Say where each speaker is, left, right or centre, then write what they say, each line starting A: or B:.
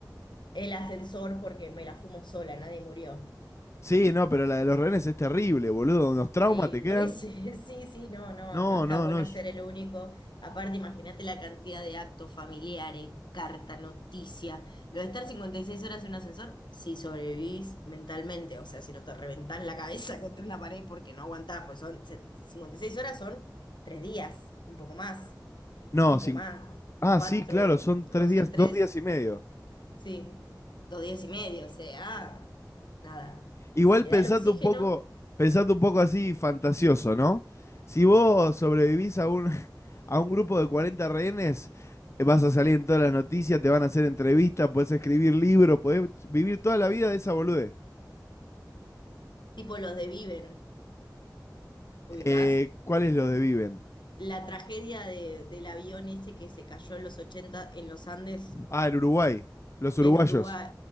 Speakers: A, on the left; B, on the left.
A: El ascensor porque me la fumo sola, nadie murió.
B: Sí, no, pero la de los rehenes es terrible, boludo. Unos traumas
A: Sí,
B: te quedan.
A: por eso, <laughs> sí, sí, no, no,
B: No,
A: no está
B: no,
A: bueno
B: no. yo-
A: ser el único. Aparte, imagínate la cantidad de actos familiares, carta, noticia. Lo de estar 56 horas en un ascensor, si sobrevivís mentalmente, o sea, si no te reventás la cabeza <laughs> contra una pared porque no aguantás, pues son se- 56 horas son tres días, un poco más,
B: No,
A: tipo
B: cin-
A: más,
B: Ah,
A: cuatro,
B: sí, claro, son tres
A: o sea,
B: días,
A: tres.
B: dos días y medio.
A: Sí, dos días y medio, o sea, nada.
B: Igual
A: Si te
B: pensando
A: da el oxígeno,
B: un poco, pensando un poco así fantasioso, ¿no? Si vos sobrevivís a un, a un grupo de 40 rehenes, vas a salir en todas las noticias, te van a hacer entrevistas, podés escribir libros, podés vivir toda la vida de esa bolude.
A: tipo los de Viven, ¿ubicás?
B: Eh, ¿Cuáles los de viven?
A: La tragedia de- del avión ese que se cayó en los 80 en los Andes,
B: Ah, el Uruguay, los uruguayos.
A: en Uruguay.